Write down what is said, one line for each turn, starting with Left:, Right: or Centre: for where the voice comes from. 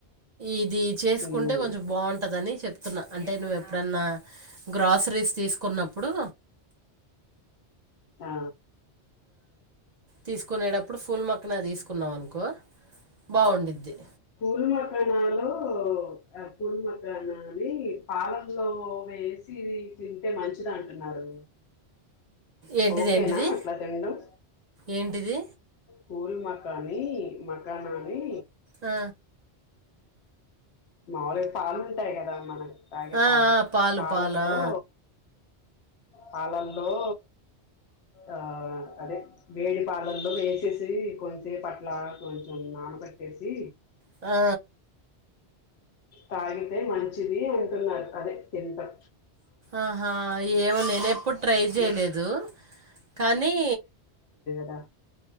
Right: ఇది చేసుకుంటే
Left: ఉమ్,
Right: కొంచెం బాగుంటదని చెప్తున్నా అంటే నువ్వు ఎప్పుడన్నా గ్రసరీస్ తీసుకున్నప్పుడు
Left: ఆ.
Right: తీసుకునేడప్పుడు ఫుల్ మక్కన తీసుకున్నావ్ అనుకో బాగుండ్డిద్ది
Left: పూలు మకానాలో పూల మకానాని పాలల్లో వేసి తింటే మంచి తిను అంటున్నాడు
Right: ఏంటిది
Left: ఓకేనా
Right: ఏంటిది
Left: అట్లా తిండ్డం
Right: ఏంటిది
Left: పూల్ మాకని మకానాన్ని
Right: ఆ
Left: మాముూలుగా పాలుంటాయి కదా మనకు తాగే
Right: ఆ,
Left: పాదు
Right: ఆ, పాలు
Left: పాలల్లో
Right: పాలు ఆ,
Left: హాలల్లో ఆ అదే వేడి పాలల్లో వేసేసి కొంచెం పట్ల కొంచెం నాన కట్టేసి
Right: ఆ
Left: తాగితే మంచిది అంటున్నారు అదే తింటం
Right: ఆహా ఏమో నేను ఎప్పుడు ట్రై చేయలేదు
Left: మెత్
Right: కానీ
Left: వ